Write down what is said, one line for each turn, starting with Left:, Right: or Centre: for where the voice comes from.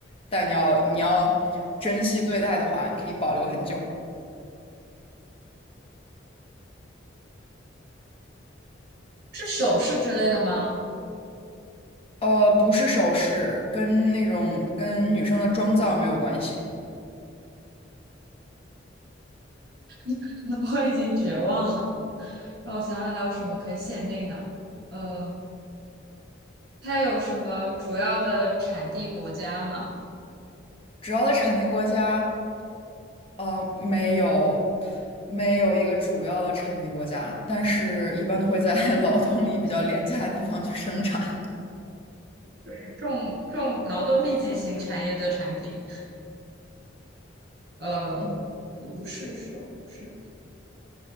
Left: 但你要你要珍惜对待的话，你可以保留很久。
Right: 是首饰之类的吗？
Left: 呃，不是首饰，跟那种跟女生的妆造没有关系，
Right: <laughs> 我已经绝望了。让我想想还有什么可以限定的？嗯，它有什么主要的产地国家吗？
Left: 只要在产地国家。呃，没有，没有一个主要的产地国家，但是一般都会在 <laughs> 劳动力比较廉价的地方去生产。
Right: 就是重重劳动密集型产业的产品。呃，
Left: 嗯
Right: 不是首饰，